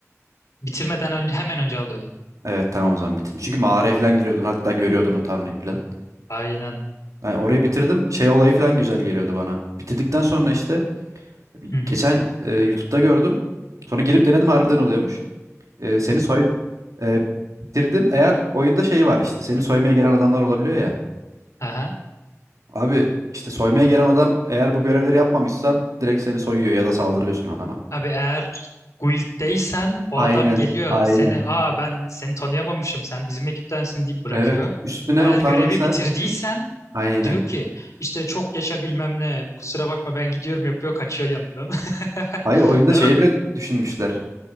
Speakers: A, on the left; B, on the right.
A: Bitirmeden önce hemen önce alıyordun.
B: Evet tamam o zaman bitirdim. Çünkü mağaraya falan giriyordun hatta görüyordun o Tanrı'yı falan.
A: Aynen.
B: Yani orayı bitirdim. Şey olayı falan güzel geliyordu bana. Bitirdikten sonra işte
A: Hı hı.
B: geçen e, YouTube'da gördüm. Sonra girip denedim harbiden oluyormuş. E, seni soy e, bitirdim. Eğer oyunda şey var işte seni soymaya gelen adamlar olabiliyor ya.
A: Aha.
B: Abi işte soymaya gelen adam eğer bu görevleri yapmamışsan direkt seni soyuyor ya da saldırıyorsun adama.
A: Abi eğer guilddeysen o
B: Aynen,
A: adam geliyor
B: aynen.
A: seni aa ben seni tanıyamamışım sen bizim ekiptensin deyip bırakıyor.
B: Evet. Üstüne
A: Eğer
B: o utanırsan
A: görevi bitirdiysen
B: aynen.
A: diyor ki işte çok yaşa bilmem ne kusura bakma ben gidiyorum yapıyor kaçıyor yanından. <laughs>
B: Hayır oyunda
A: Ben
B: şey
A: böyle,
B: bile düşünmüşler.